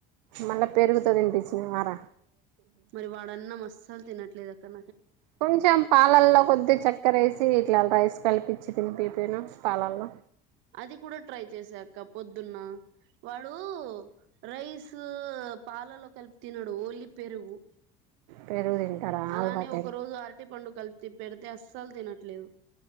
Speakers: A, on the right; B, on the right.
A: మళ్ళా పెరుగుతో తినిపించిన వారా
B: మరి వాడన్నా మస్సాలు తినట్లేదు అక్కడ
A: కొంచెం పాలల్లో కొద్దిీ చక్కరేసి వీట్ల రేసు కలిపించి తినిపించి పెట్టు
B: అది కూడా ట్రై చేసాక పొద్దున్న వాడు రైస్ పాలలో కలిపి తినడు ఓన్లీ పెరుగుపెరుగు
A: పెరుగు తింటాడా
B: అలానే
A: అలవాటై
B: ఒక రోజు అరటి పండు కలిపి పెడితే అస్సలు తినట్లేదు